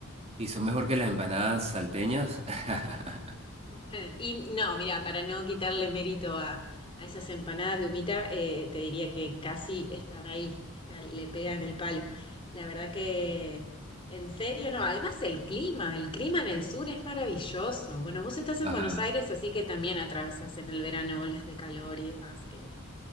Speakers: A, on the right (about 30°); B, on the left (about 25°).
A: ¿Y son mejor que las empanadas salteñas? <laughs>
B: <laughs> Y no, mira, para no quitarle mérito a, a esas empanadas de humita, eh, te diría que casi están ahí, está- le pegan el palo. La verdad que, en serio, no. Además, el clima, el clima en el sur es maravilloso. Bueno, vos estás en
A: Ajá.
B: Buenos Aires, así que también atravesás en el verano olas de calor y demás que